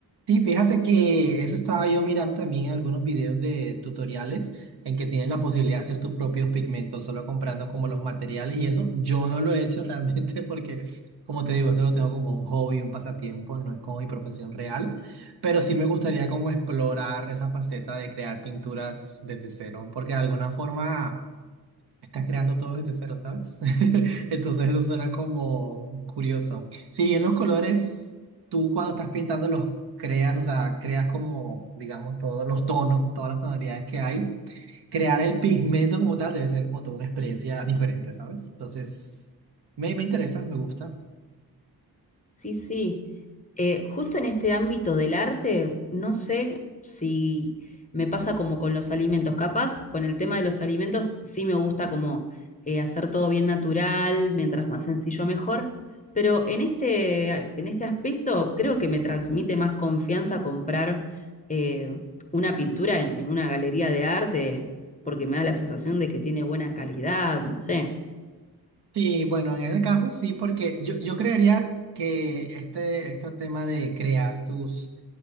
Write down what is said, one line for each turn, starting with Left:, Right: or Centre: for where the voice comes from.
Right: Sí, fíjate que eso estaba yo mirando también algunos videos de tutoriales en que tienes la posibilidad de hacer tus propios pigmentos, solo comprando como los materiales y eso. Yo no lo he hecho <laughs> realmente porque, como te digo, eso lo tengo como un hobby, un pasatiempo, no es como mi profesión real, pero sí me gustaría como explorar esa faceta de crear pinturas desde cero, porque de alguna forma... Estás creando todo desde cero, ¿sabes? <laughs> Entonces eso suena como curioso. Si bien los colores, tú cuando estás pintando los creas, o sea, creas como, digamos, todos los tonos, todas las tonalidades que hay, crear el pigmento como tal debe ser como toda una experiencia diferente, ¿sabes? Entonces, me, me interesa, me gusta.
Left: Sí, sí. Eh, justo en este ámbito del arte, no sé si me pasa como con los alimentos. Capaz, con el tema de los alimentos, sí me gusta como eh, hacer todo bien natural, mientras más sencillo mejor. Pero en este, en este aspecto, creo que me transmite más confianza comprar eh, una pintura en en una galería de arte, porque me da la sensación de que tiene buena calidad, no sé.
Right: Sí, bueno, en ese caso sí, porque yo, yo creería que este, este tema de crear tus,